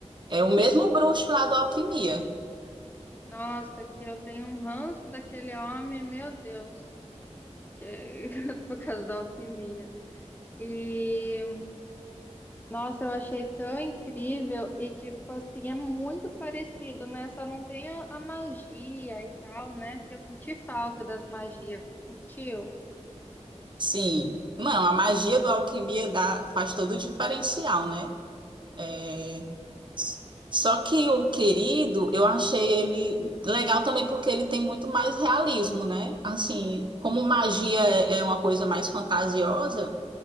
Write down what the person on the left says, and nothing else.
Uhum.
Nossa, que eu tenho um ranço daquele homem, meu Deus, que <laughs> por causa da alquimia. E nossa, eu achei tão incrível e tipo assim, é muito parecido, né? Só não tem a, a magia e tal, né? Que eu senti falta das magias, você sentiu?